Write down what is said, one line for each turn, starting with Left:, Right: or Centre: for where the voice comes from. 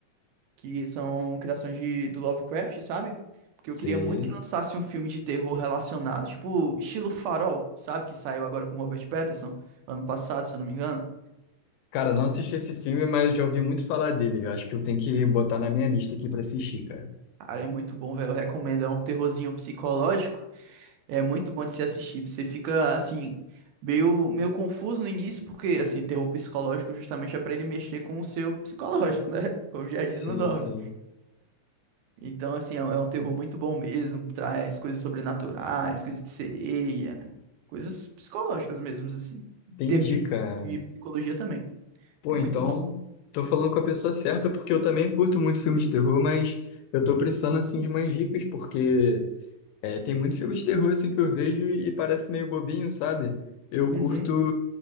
Right: que são criações de, do Lovecraft, sabe? Porque
Left: Sim.
Right: eu queria muito que lançasse um filme de terror relacionado, tipo, estilo Farol, sabe? Que saiu agora com Robert Pattinson, ano passado, se eu não me engano.
Left: Cara, não assisti esse filme, mas já ouvi muito falar dele. Eu acho que eu tenho que botar na minha lista aqui pra assistir, cara.
Right: Cara, é muito bom, velho. Eu recomendo. É um terrorzinho psicológico. É muito bom de se assistir. Você fica, assim, meio, meio confuso no início, porque, assim, terror psicológico justamente é pra ele mexer com o seu psicológico, né? <laughs> Como já diz
Left: Sim,
Right: no nome.
Left: sim.
Right: Então, assim, é um é um terror muito bom mesmo. Traz coisas sobrenaturais, coisas de sereia, coisas psicológicas mesmo, assim. Em
Left: Entendi,
Right: termos de,
Left: cara.
Right: de psicologia também.
Left: Pô,
Right: É
Left: então,
Right: muito bom.
Left: tô falando com a pessoa certa, porque eu também curto muito filme de terror, mas eu tô precisando, assim, de umas dicas, porque... É, tem muitos filmes de terror assim que eu vejo e parece meio bobinho, sabe? Eu
Right: Uhum,
Left: curto,